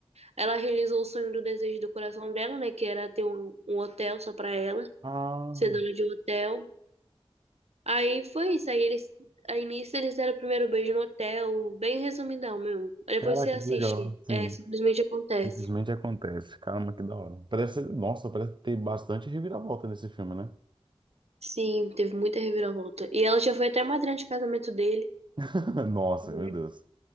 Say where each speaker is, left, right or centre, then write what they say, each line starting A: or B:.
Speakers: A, on the right (about 85°); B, on the right (about 50°).
A: ela realizou o sonho do desejo do coração dela, né, que era ter um, um hotel só pra ela,
B: Ah,
A: ser dona de um hotel. Aí foi isso. Aí eles, a início eles deram o primeiro beijo no hotel, bem resumidão mesmo. Aí
B: caraca,
A: Depois você assiste,
B: que legal. Sim,
A: é, simplesmente acontece.
B: simplesmente acontece. Caramba, que da hora. Parece, nossa, parece ter bastante reviravolta nesse filme, né?
A: Sim, teve muita reviravolta. E ela já foi até madrinha de casamento dele.
B: <laughs> Nossa,
A: né?
B: meu Deus.